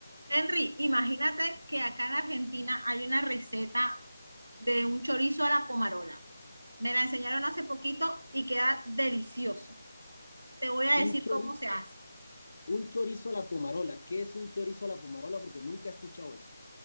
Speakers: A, on the right (about 80°); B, on the left (about 40°).
A: Henry, imagínate que acá en Argentina hay una receta de un chorizo a la pomarola. Me la enseñaron hace poquito y queda delicioso. Te voy a
B: Un
A: decir
B: chorizo,
A: cómo se hace.
B: un chorizo a la pomarola. ¿Qué es un chorizo a la pomarola? Porque nunca he escuchado eso.